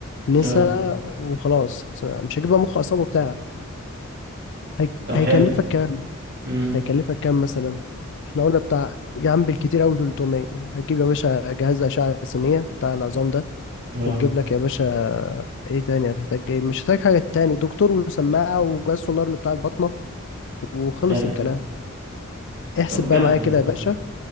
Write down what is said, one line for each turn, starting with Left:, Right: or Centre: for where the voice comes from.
Left: نساء
Right: اه
Left: وخلاص مش هجيب بقى مخ أصلا وبتاع هي...
Right: طب
Left: هيكلفك
Right: حلو
Left: كام؟
Right: امم
Left: هيكلفك كام مثلا؟ احنا قلنا بتاع يا عم بالكتير أوي 300 هتجيب يا باشا جهاز أشعة سينية بتاع العظام ده
Right: اه
Left: وتجيب لك يا باشا ايه تاني هتحتاج ايه مش هتحتاج حاجة تاني دكتور وسماعة وجهاز سونار اللي بتاع البطنة وخلص
Right: حلو
Left: الكلام احسب
Right: طب جامد
Left: بقى معايا كده
Right: والله
Left: يا باشا